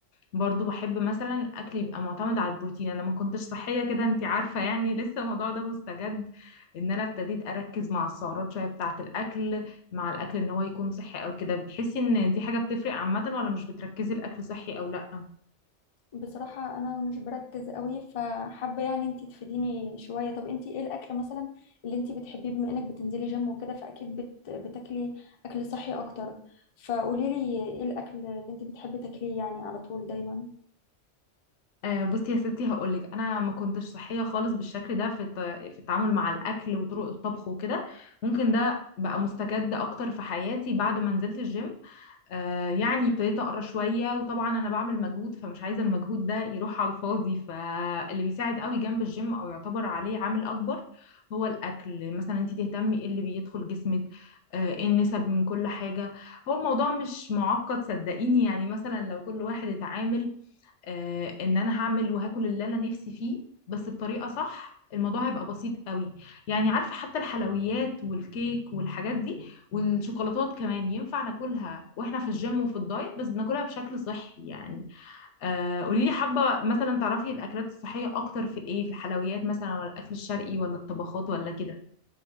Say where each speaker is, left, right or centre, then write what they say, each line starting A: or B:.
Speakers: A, on the left; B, on the left.
A: برضو بحب مثلا الأكل يبقى معتمد على البروتين أنا ما كنتش صحية كده أنتي عارفة يعني <laughs> لسه الموضوع ده مستجد إن أنا ابتديت أركز مع السعرات شوية بتاعة الأكل مع الأكل إن هو يكون صحي أو كده بتحسي إن دي حاجة بتفرق عامة ولا مش بتركزي الأكل صحي أو لأ؟
B: بصراحة أنا مش بركز قوي فحابة يعني أنتي تفيديني شوية طب أنتي إيه الأكل مثلا اللي أنتي بتحبيه بما إنك بتنزلي جيم وكده فأكيد بت... بتاكلي أكل صحي أكتر فقوليلي إيه الأكل اللي أنتي بتحبي تاكليه يعني على طول دايما
A: آه، بصي يا ستي هقولك انا ما كنتش صحيه خالص بالشكل ده في الت- في التعامل مع الاكل وطرق الطبخ وكده ممكن ده بقى مستجد اكتر في حياتي بعد ما نزلت الجيم آه، يعني ابتديت اقرا شويه وطبعا انا بعمل مجهود فمش عايزه المجهود ده يروح على الفاضي فاللي بيساعد قوي جنب الجيم او يعتبر عليه عامل اكبر هو الاكل مثلا انت تهتمي ايه اللي بيدخل جسمك آه، ايه النسب من كل حاجه هو الموضوع مش معقد صدقيني يعني مثلا لو كل واحد اتعامل آه، ان انا هعمل وهاكل اللي انا نفسي فيه بس بطريقه صح الموضوع هيبقى بسيط قوي يعني عارفه حتى الحلويات والكيك والحاجات دي والشوكولاتات كمان ينفع ناكلها واحنا في الجيم وفي الدايت بس بناكلها بشكل صحي يعني آه قولي لي حابه مثلا تعرفي الاكلات الصحيه اكتر في ايه في الحلويات مثلا ولا الاكل الشرقي ولا الطبخات ولا كده